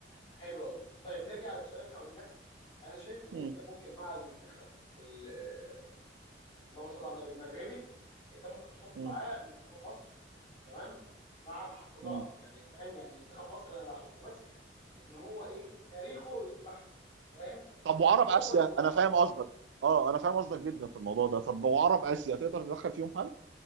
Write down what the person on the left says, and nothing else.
حلو قوي طيب نرجع للسؤال اللي احنا قلناه انا شايف ان
انت ممكن مع المنتخب ال- آه، اللهم صل على النبي المغربي انت ممكن تحط
معاه منتخب مصر تمام مع تحفظات
يعني فاهم يعني منتخب مصر انا بحطه بس ان هو ايه تاريخه يسمح له فاهم
وضعه
يسمح
له